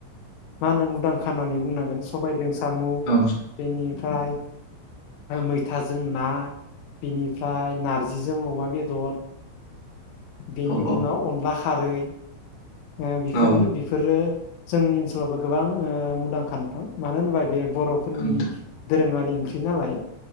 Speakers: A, on the left; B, on the left.
A: मा होनो मुंदांखा होननानै बुंनांगोन सबाइदों साम'
B: औ
A: बेनिफ्राय मैथाजों ना बेनिफ्राय नारजिजों अमा बेदर बेनि
B: औ औ
A: उनाव अनला खारै बेफोर ओ बेफोरनो
B: औ
A: बेफोरो जोंनि ओनसोलावबो गोबां ओ मुंदांखा नोंथां मानो होनोबा बे बर'फोरनि
B: नोंथां
A: दोरोङारि ओंख्रि नालाय